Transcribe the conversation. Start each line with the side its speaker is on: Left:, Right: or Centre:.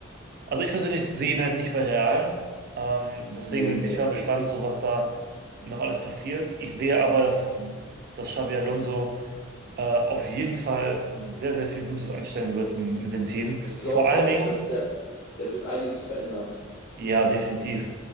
Right: also ich persönlich sehe ihn halt nicht bei Real. Ähm, deswegen
Left: Nee,
Right: bin
Left: nee.
Right: ich mal
Left: Ich,
Right: gespannt,
Left: ich,
Right: so was da noch alles passiert. Ich sehe aber, dass, dass Xabi Alonso äh, auf jeden Fall sehr, sehr viel Gutes anstellen wird m- mit dem Team.
Left: ich glaube
Right: Vor allen
Left: auch,
Right: Dingen,
Left: dass der, der wird einiges verändern.
Right: Ja, definitiv.